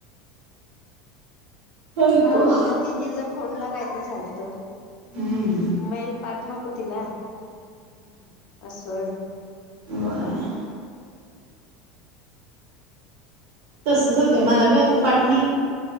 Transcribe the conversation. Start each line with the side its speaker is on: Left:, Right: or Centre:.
Right: आई
Left: हामना
Right: गं.
Left: दि तिचा फोनला काय तर झालतं.
Right: हम्म.
Left: नाही काट नको तिला अ सोड.
Right: व्हय. तसच होत मला बी आता पाठ नाही.